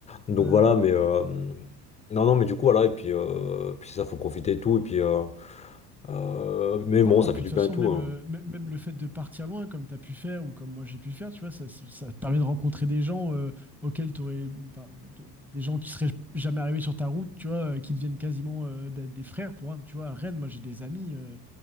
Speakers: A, on the left; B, in the centre.
A: donc
B: Ouais.
A: voilà, mais euh, non, non, mais du coup, voilà, et puis, euh, puis ça, faut profiter et tout, et puis, euh, euh, mais
B: Non,
A: bon, ça
B: et puis
A: fait du
B: de toute
A: bien
B: façon,
A: et tout.
B: même,
A: hein.
B: euh, mê- même le fait de partir loin, comme tu as pu faire ou comme moi j'ai pu faire, tu vois, ça, c'est- ça te permet de rencontrer des gens euh, auxquels tu aurais, des gens qui seraient jamais arrivés sur ta route, tu vois, euh, qui deviennent quasiment euh, ben, des frères pour un, tu vois, à Rennes, moi j'ai des amis euh,